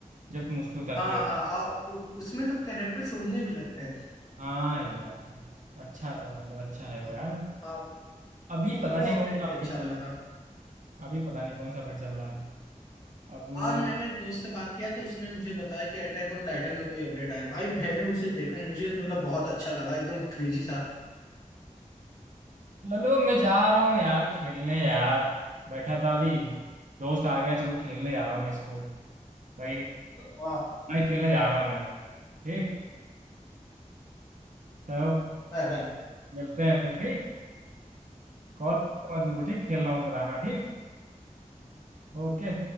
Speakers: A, on the right; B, on the left.
A: जब तुम उस पर उतरते
B: हाँ
A: हो
B: हाँ आ, उ, उसमें तो कैरेक्टर उड़ने भी लगते हैं
A: हाँ यार अच्छा था मतलब अच्छा है
B: हाँ
A: वो यार
B: हाँ,
A: अभी
B: वो
A: पता
B: वो
A: नहीं
B: अपडेट
A: कौन सा अपडेट
B: भी अच्छा
A: चल
B: लगा
A: रहा
B: था
A: है अभी पता नहीं कौन सा अपडेट चल रहा है अब
B: आज मैंने एक दोस्त से बात किया तो उसने मुझे बताया कि अटैक ऑन टाइटन का कोई अपडेट आया है। भाई मैंने उसे देखा मुझे तो मतलब बहुत अच्छा लगा एकदम क्रेजी था
A: चलो मैं जा रहा हूँ यार खेलने यार बैठा था अभी दोस्त आ गया चलो खेलने जा रहा हूँ मैं स्पोर्ट भाई
B: वाह
A: मैं खेलने जा रहा हूँ मैं ठीक चलो
B: Bye bye
A: मिलते हैं फिर ठीक कॉल मैं तुमको ठीक खेलना हो तो बताना ठीक ओके